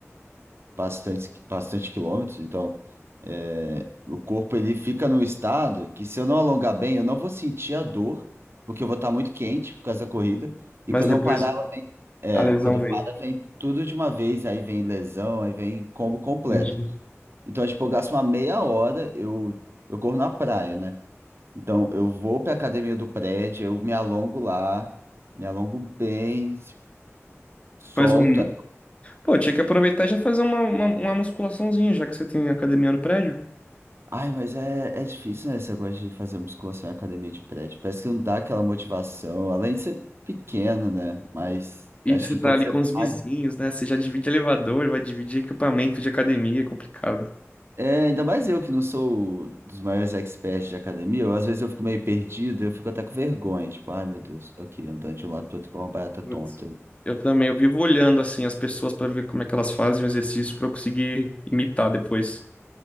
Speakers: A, on the right; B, on the left.
A: bastante, bastante quilômetros, então é, o corpo ele fica num estado que se eu não alongar bem, eu não vou sentir a dor, porque eu vou estar muito quente por causa da corrida, e
B: Mas
A: quando
B: depois
A: eu parar, ela vem, é,
B: a lesão
A: quando eu
B: vem.
A: paro, vem tudo de uma vez, aí vem lesão, aí vem combo completo.
B: Entendi.
A: Então, tipo, eu gasto uma meia hora, eu, eu corro na praia, né? Então, eu vou para academia do prédio, eu me alongo lá, me alongo bem, solto
B: Faz um. Pô, tinha que aproveitar e já fazer uma, uma, uma musculaçãozinha, já que você tem academia no prédio.
A: Ai, mas é, é difícil, né? Esse negócio de fazer musculação em academia de prédio. Parece que não dá aquela motivação, além de ser pequeno, né? Mas
B: E
A: acho
B: você
A: que
B: tá
A: quando
B: ali
A: você
B: com os
A: vai.
B: vizinhos, né? Você já divide elevador, vai dividir equipamento de academia, é complicado.
A: É, ainda mais eu que não sou dos maiores experts de academia, eu, às vezes eu fico meio perdido, eu fico até com vergonha, tipo, ai meu Deus, tô aqui andando de um lado pro outro com uma barata
B: Putz.
A: tonta.
B: Eu também, eu vivo olhando assim as pessoas pra ver como é que elas fazem o exercício pra eu conseguir imitar depois,